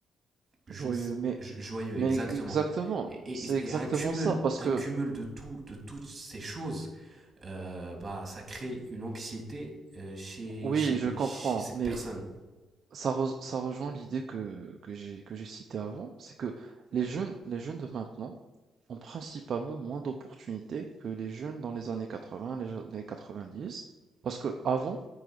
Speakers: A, on the right; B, on the right.
A: je
B: Joyeux,
A: ne sais-
B: mais,
A: joyeux,
B: mais
A: exactement.
B: exactement,
A: Et,
B: c'est
A: et-
B: exactement
A: et un cumul,
B: ça, parce
A: un
B: que
A: cumul de tout, de toutes ces choses, euh, bah, ça crée une anxiété euh, chez,
B: oui,
A: chez,
B: je comprends,
A: chez cette
B: mais
A: personne.
B: Ça res ça rejoint l'idée que que j'ai que j'ai citée avant, c'est que les jeunes les jeunes de maintenant ont principalement moins d'opportunités que les jeunes dans les années 80, les années 90. Parce que avant,